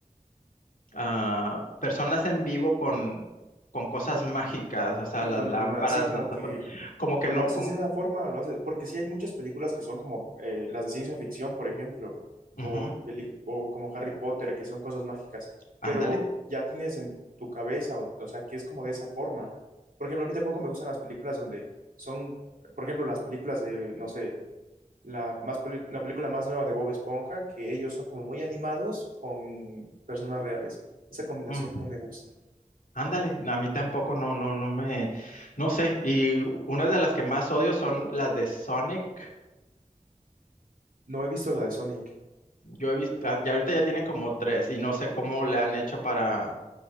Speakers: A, on the left; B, on the right.
A: ah, personas en vivo con, con cosas mágicas, o sea,
B: Y
A: las
B: con
A: lámparas,
B: animada, sí, como
A: las tazones,
B: que
A: como
B: o
A: que no,
B: lo haces
A: como,
B: de una forma o lo haces, porque sí hay muchas películas que son como eh, las de ciencia ficción, por ejemplo,
A: ujú,
B: o, peli- o como Harry Potter, que son cosas mágicas,
A: ándale,
B: pero ya tienes en tu cabeza, o, o sea, que es como de esa forma. Por ejemplo, a mí tampoco me gustan las películas donde son, por ejemplo, las películas de, no sé, la, más peli- la película más nueva de Bob Esponja, que ellos son como muy animados con personas reales. Esa combinación
A: ujú,
B: no me gusta.
A: ándale, no, a mí tampoco, no, no, no me, no sé, y u- una de las que más odio son las de Sonic,
B: No he visto la de Sonic
A: yo he visto, ah, y ahorita ya tienen como tres, y no sé cómo le han hecho para